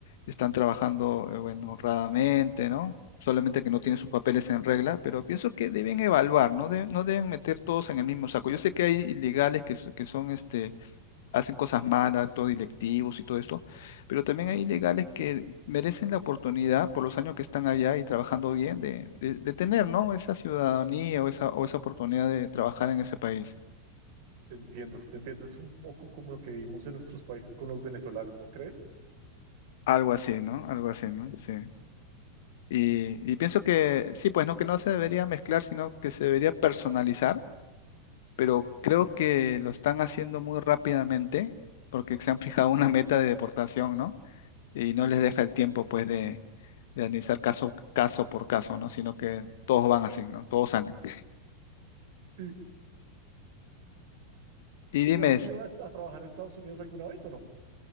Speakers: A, on the left (about 55°); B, on the right (about 50°).
A: están trabajando, eh, bueno, honradamente, ¿no? Solamente que no tienen
B: Es,
A: sus papeles en regla, pero pienso que deben evaluar, no, Deben- no deben meter todos en el mismo saco. Yo sé que hay ilegales que, so- que son, este, hacen cosas malas, todo directivos y todo esto, pero también hay ilegales que merecen la oportunidad por los años que están allá y trabajando bien de, de- de tener, ¿no? Esa ciudadanía o esa, o esa oportunidad de trabajar en ese país.
B: te entiendo, te entiendo. Es un poco como lo que vivimos en nuestros países con los venezolanos, ¿no crees?
A: Algo así, ¿no? Algo así, ¿no? Sí. Y, y pienso que sí, pues no, que no se debería mezclar, sino que se debería personalizar, pero creo que lo están haciendo muy rápidamente porque se han fijado una meta de deportación, ¿no? Y no les deja el tiempo, pues, de, de analizar caso, caso por caso, ¿no? Sino que todos van así, ¿no? Todos salen.
B: Sí.
A: Y dime,
B: ¿Tú has
A: es-
B: ido a, a trabajar a Estados Unidos alguna vez o no?